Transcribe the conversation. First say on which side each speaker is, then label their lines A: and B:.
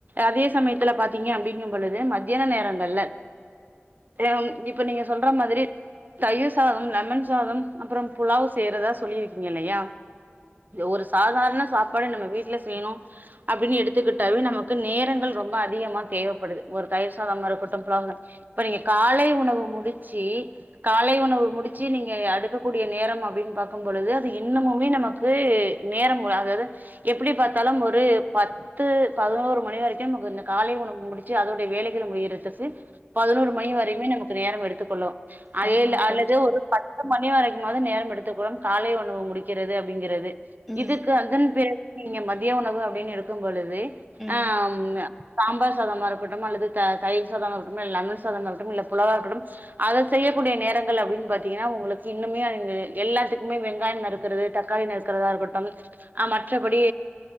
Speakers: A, on the right (about 45°); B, in the centre.
A: அதே சமயத்துல பாத்தீங்க அப்டிங்கும் பொழுது மத்தியான நேரங்கள்ல அ இப்ப நீங்க சொல்ற மாதிரி தயிர் சாதோ லெமன் சாதம் அப்புறம் புலாவ் சேறதா சொல்லியிருக்கீங்க இல்லையா ஒரு சாதாரண சாப்பாடு நம்ம வீட் இல்ல செய்யணு அப்டின்னு எடுத்துக்கிட்டாவே நமக்கு நேரங்கள் ரொம்ப அதிகமா தேவைப்படுது ஒரு தயிர் சாதமா இருக்கட்டு <unintelligible> நீங்க காலை உணவு முடிச்சு காலை உணவு முடிச் நீங்க எடுக்கக்கூடிய நேரம் அப்டின்னு பாக்கும் பொழுது அது இன்னமுமே நமக்கு நேரம் அதாவது எப்டி பாத்தாலு ஒரு பத்து பதினோரு மணி வரைக்கு நமக்கு இந்த காலை உணவு முடிச்சு அதோடைய வேலைகள் முடியறதுக்கு பதினோரு மணி வரைையுமே நமக்கு நேரம் எடுத்துக்கொள்ளு அதே
B: ஆமாங்க
A: இல்ல
B: தோழி
A: அல்லது ஒரு பணி வரைக்குமாது நேரம் எடுத்துகுவோம் கால உணவு முடிக்கிறது அப்டிங்கிறது
B: ம்
A: இதுக்கு <unintelligible> நீங்க மதிய உணவு அப்டின்னு இருக்கும் பொழுது
B: ம்
A: அஹ் சாம்பார் சாதமா இருக்கட்டு அல்லது த தயிர் சாதமா இருக்கட்டு லெமன் சாதமா இருக்கட்டு இல்ல புலாவா இருக்கட்டும் அதை செய்யக்கூடிய நேரங்கள் அப்டின்னு பாத் பாத்தீங்கன்னா உங்களுக்கு இன்னுமே அங்க எல்லாத்துக்குமே வெங்காயம் நறுக்கிறது தக்காளி நறுக்கிறதா இருக்கட்டும் ஆஹ் மற்றபடி